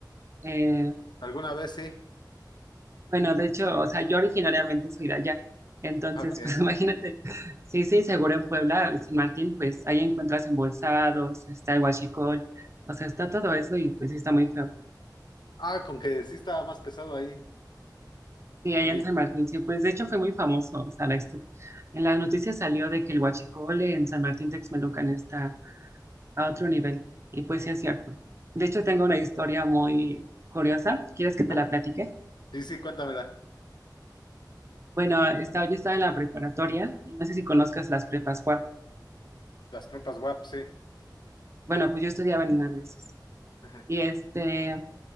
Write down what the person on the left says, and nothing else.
¿Alguna vez sí?
Ok.
Ah, con que sí estaba más pesado ahí.
Y,
ajá.
Sí, sí, cuéntamela.
Las tropas WAP, sí.
Ajá.